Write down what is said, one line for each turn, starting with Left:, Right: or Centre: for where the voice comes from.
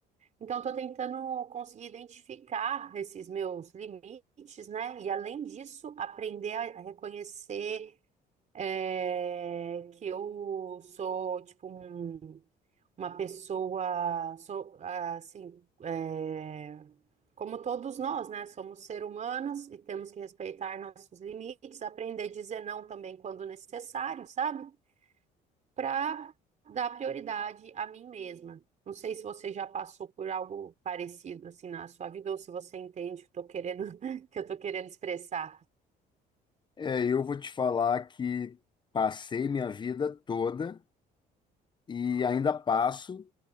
Right: Então tô tentando conseguir identificar esses meus limites, né? E além disso, aprender a a reconhecer é, que eu sou tipo um uma pessoa, so- assim, é, como todos nós, né? Somos seres humanos e temos que respeitar nossos limites, aprender a dizer não também quando necessário, sabe? Para dar prioridade a mim mesma. Não sei se você já passou por algo parecido assim na sua vida ou se você entende o que eu tô querendo, <laughs> que eu tô querendo expressar.
Left: É, eu vou te falar que passei minha vida toda e ainda passo,